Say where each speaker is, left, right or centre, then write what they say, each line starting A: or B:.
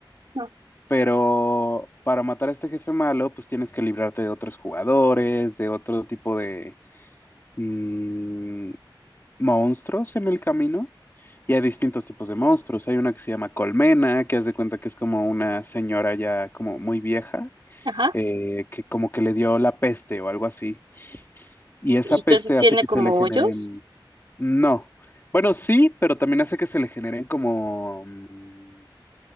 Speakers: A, on the right (about 75°); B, on the left (about 30°).
A: Ah,
B: pero para matar a este jefe malo, pues tienes que librarte de otros jugadores, de otro tipo de mm, monstruos en el camino. Y hay distintos tipos de monstruos. Hay una que se llama Colmena, que haz de cuenta que es como una señora ya como muy vieja,
A: Ajá.
B: eh, que como que le dio la peste o algo así. Y esa
A: Y entonces
B: peste
A: tiene
B: hace que
A: como
B: se le generen...
A: hoyos.
B: No. Bueno, sí, pero también hace que se le generen como... mm,